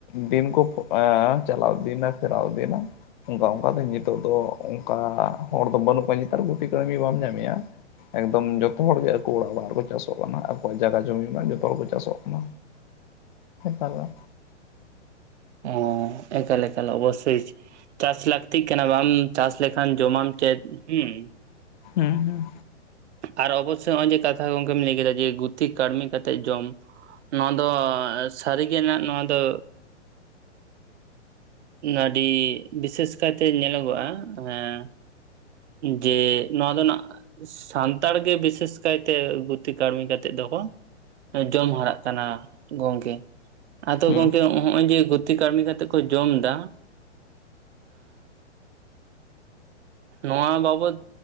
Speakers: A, on the left (about 45°); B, on the right (about 70°).
A: ᱫᱤᱱ ᱠᱚ ᱮᱸ ᱪᱟᱞᱟᱣᱤᱫᱤᱱᱟ ᱪᱟᱞᱟᱣᱤᱫᱤᱱᱟ ᱵᱟᱝ ᱚᱱᱠᱟ ᱫᱚ ᱱᱤᱛᱚᱜ ᱫᱚ ᱚᱱᱠᱟ ᱦᱚᱲ ᱫᱚ ᱵᱟᱹᱱᱩᱜ ᱠᱚᱣᱟ ᱱᱮᱛᱟᱨ ᱜᱩᱛᱤ ᱠᱟᱹᱲᱢᱤ ᱵᱟᱢ ᱧᱟᱢᱮᱭᱟ᱾ ᱮᱠᱫᱚᱢ ᱡᱚᱛᱚ ᱦᱚᱲᱜᱮ ᱟᱠᱚ ᱚᱲᱟᱜ ᱨᱮᱠᱚ ᱪᱟᱥᱚᱜ ᱠᱟᱱᱟ᱾ ᱟᱠᱚᱣᱟᱜ ᱡᱟᱭᱜᱟ ᱡᱚᱢᱤ ᱨᱮᱱᱟᱜ ᱡᱚᱛᱚ ᱦᱚᱲ ᱠᱚ ᱪᱟᱥᱚᱜ ᱠᱟᱱᱟ᱾
B: <unintelligible>
A: ᱦᱮᱛᱟᱞ-ᱟ
B: ᱮᱸ ᱮᱠᱟᱞ ᱮᱠᱟᱞ ᱚᱵᱚᱥᱳᱭ ᱪᱟᱥ ᱞᱟᱹᱠᱛᱤᱜ ᱠᱟᱱᱟ ᱵᱟᱢ ᱪᱟᱥ ᱞᱮᱠᱷᱟᱱ ᱡᱚᱢᱟᱢ ᱪᱮᱫ? ᱦᱩᱸ
A: ᱦᱩᱸ ᱦᱩᱸ᱾
B: ᱟᱨ ᱚᱵᱚᱥᱳᱭ ᱱᱚᱜᱼᱚᱭ ᱡᱮ ᱠᱟᱛᱷᱟ ᱜᱚᱝᱠᱮᱢ ᱞᱟᱹᱭ ᱠᱮᱫᱟ ᱡᱮ ᱜᱩᱛᱤ ᱠᱟᱹᱲᱢᱤ ᱠᱟᱛᱮᱜ ᱡᱚᱢ᱾ ᱱᱚᱣᱟ ᱫᱚ ᱥᱟᱹᱨᱤᱜᱮ ᱱᱟᱜ ᱱᱚᱣᱟ ᱫᱚ, ᱟᱹᱰᱤ ᱵᱤᱥᱮᱥ ᱠᱟᱭᱛᱮ ᱧᱮᱞᱚᱜᱚᱜᱼᱟ, ᱦᱮᱸ᱾ ᱡᱮ ᱱᱚᱣᱟ ᱫᱚ ᱱᱟᱜ ᱥᱟᱱᱛᱟᱲ ᱜᱮ ᱵᱤᱥᱮᱥ ᱠᱟᱭᱛᱮ ᱜᱩᱛᱤ ᱠᱟᱹᱲᱢᱤ ᱠᱟᱛᱮᱜ ᱫᱚᱠᱚ ᱡᱚᱢ ᱦᱟᱨᱟᱜ ᱠᱟᱱᱟ ᱜᱚᱝᱠᱮ, ᱟᱫᱚ
A: ᱦᱩᱸ
B: ᱜᱚᱝᱠᱮ ᱦᱚᱜᱼᱚᱭ ᱡᱮ ᱜᱩᱛᱤ ᱠᱟᱹᱲᱢᱤ ᱠᱟᱛᱮᱜ ᱠᱚ ᱡᱚᱢ ᱮᱫᱟ ᱱᱚᱣᱟ ᱵᱟᱵᱚᱛ